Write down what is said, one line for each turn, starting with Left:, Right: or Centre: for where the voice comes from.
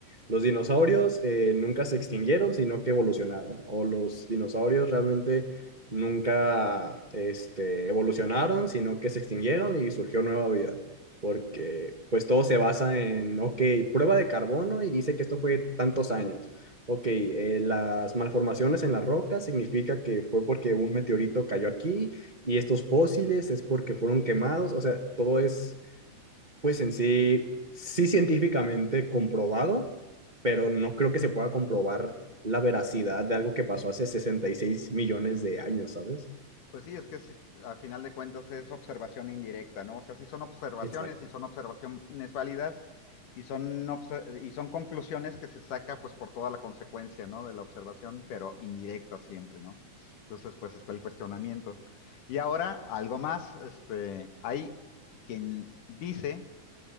Right: los dinosaurios eh, nunca se extinguieron, sino que evolucionaron, o los dinosaurios realmente nunca este, evolucionaron, sino que se extinguieron y surgió nueva vida, porque pues todo se basa en, ok, prueba de carbono y dice que esto fue tantos años. Ok, eh, las malformaciones en la roca significa que fue porque un meteorito cayó aquí y estos fósiles es porque fueron quemados, o sea, todo es pues en sí, sí científicamente comprobado, pero no creo que se pueda comprobar la veracidad de algo que pasó hace 66 millones de años, ¿sabes?
Left: Pues sí, es que si- a final de cuentas es observación indirecta, ¿no? O sea, sí son observaciones
Right: Exacto.
Left: y son observaciones válidas y son, obse- y son conclusiones que se saca pues por toda la consecuencia, ¿no? De la observación, pero indirecta siempre, ¿no? Entonces, pues está el cuestionamiento. Y ahora, algo más, este, hay quien dice